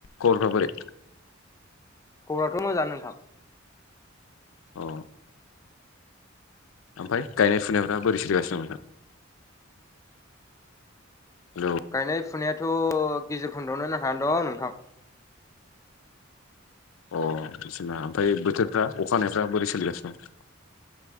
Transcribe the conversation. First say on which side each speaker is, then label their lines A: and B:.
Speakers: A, on the left (about 80°); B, on the left (about 15°).
A: खबरफ्रा बोरै?
B: खबराथ' मोजांङानो नोंथां।
A: औ ओमफ्राय गायनाय फुनायफ्रा बोरै सोलिगासिनो दं नोंथां? हेलौ
B: गायनाय फुनायाथ' गेजेर खन्दआवनो नांथानानै दं नोंथां।
A: अ बिसना ओमफ्राय बोथोरफ्रा अखाहानायफ्रा बोरै सोलिगासिनो दं?